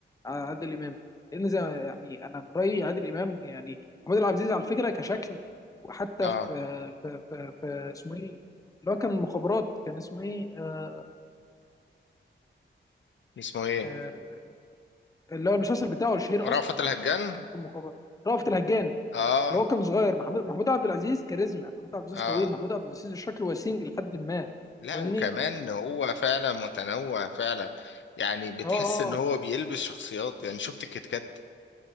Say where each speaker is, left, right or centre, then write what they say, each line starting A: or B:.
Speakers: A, on the left (about 15°); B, on the left (about 75°).
A: على عادل امام لان زي ما- يعني انا من رايي عادل امام يعني محمود عبد العزيز على فكره كشكل وحتى
B: اه
A: في في في, في اسمه ايه اللي هو كان مخابرات كان اسمه ايه آه
B: اسمه ايه
A: آه اللي هو المسلسل بتاعه الشهير
B: رأفت
A: اصلا
B: الهجان
A: كان في مخابرات رأفت الهجان
B: اه
A: اللي هو كان صغير محمود محمود عبد العزيز كاريزما محمود عبد العزيز
B: اه
A: طويل محمود عبد العزيز شكله وسيم لحد ما
B: لا
A: فاهمني
B: وكمان هو فعلا متنوع فعلا يعني بتحس
A: اه اه
B: ان هو بيلبس شخصيات يعني شفت الكيت كات